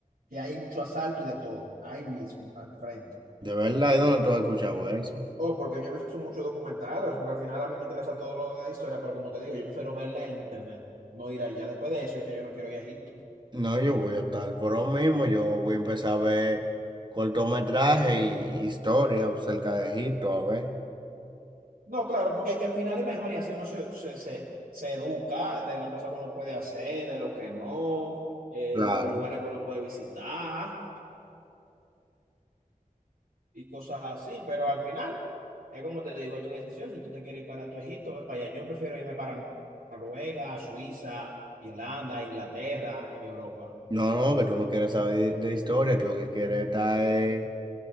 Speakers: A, on the right; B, on the right.
A: que hay mucho asalto y de todo, ahí mismo, al frente.
B: De verdad, ¿y dónde tú has escuchado eso?
A: Oh, porque yo he visto muchos documentales, porque al final a mí me interesa todo lo de historia, pero como te digo, yo prefiero verla en internet, no ir allá. Después de eso, yo no quiero ir a Egipto.
B: No, yo voy a estar por lo mismo, yo voy a empezar a ver cortometraje y historia acerca de Egipto, a ver.
A: No, claro, porque es que al final es mejor y así uno se, se, se, se educa de las cosas que uno puede hacer, de lo que no, eh,
B: Claro.
A: los lugares que uno puede visitar y cosas así, pero al final es como te digo, es tu decisión. Si tú te quieres ir para tu Egipto, ve para allá. Yo prefiero irme para Noruega, Suiza, Irlanda, Inglaterra, en Europa.
B: No, no, que tú no quieres saber de, de historia, tú lo que quieres está es